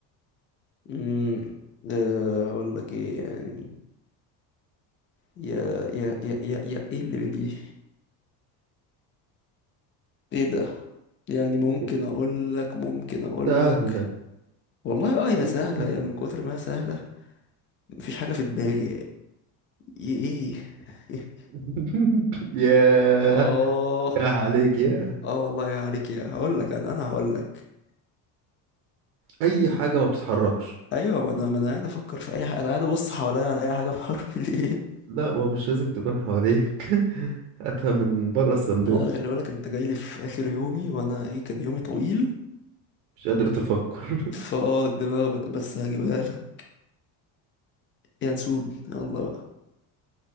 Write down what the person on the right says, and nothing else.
إيه؟
سهلة
دي
سهلة
<laughs> ياه
ياه عليك ياه
أي
حاجة ما بتتحركش
لا ما هو مش لازم تكون حواليك <laughs> هاتها من بره الصندوق
مش قادر تفكر